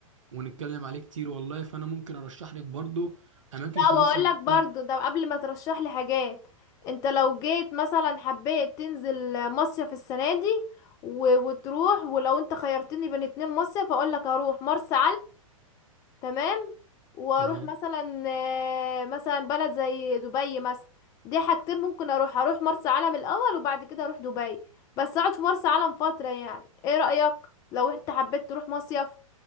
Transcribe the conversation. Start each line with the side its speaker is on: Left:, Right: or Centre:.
Right: ونتكلم عليه كتير والله فأنا ممكن أرشح لك برضو أماكن
Left: لا
Right: في مصر
Left: واقول
Right: ممكن
Left: لك برضو ده قبل ما ترشح لي حاجات انت لو جيت مثلا حبيت تنزل مصيف السنه دي و... وتروح ولو انت خيرتني بين اتنين مصيف اقول لك هروح مرسى تمام واروح
Right: تمام
Left: مثلا آه، مثلا بلد زي دبي مثلا دي حاجتين ممكن اروح اروح مرسى علم الاول وبعد كده اروح دبي بس اقعد في مرسى علم فترة يعني ايه رأيك لو انت حبيت تروح مصيف